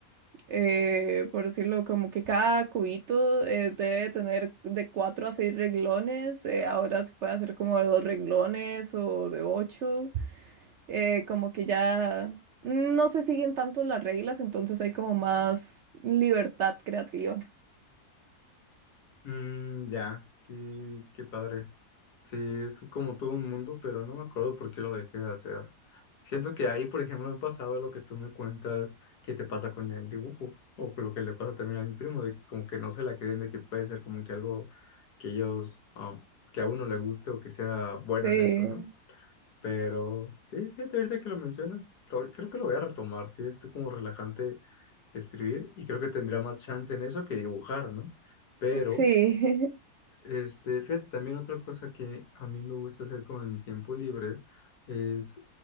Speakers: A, on the right; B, on the left.
A: eh, por decirlo, como que cada cubito eh, debe tener de cuatro a seis reglones, eh, ahora se puede hacer como de dos reglones o de ocho, eh, como que ya no se siguen tanto las reglas, entonces hay como más libertad creativa.
B: Mm, ya, qué, qué padre. Sí, es como todo un mundo, pero no me acuerdo por qué lo dejé de hacer. Siento que ahí, por ejemplo, me pasaba lo que tú me cuentas que te pasa con el dibujo, o con lo que le pasa también a mi primo, de que como que no se la creen, de que puede ser como que algo que ellos, um, que a uno le guste o que sea bueno
A: Sí,
B: en eso, ¿no? Pero sí, fíjate ahorita que lo mencionas, lo- creo que lo voy a retomar, sí, es como relajante escribir y creo que tendría más chance en eso que dibujar, ¿no? Pero...
A: sí,
B: Este, fíjate, también otra cosa que a mí me gusta hacer como en mi tiempo libre es,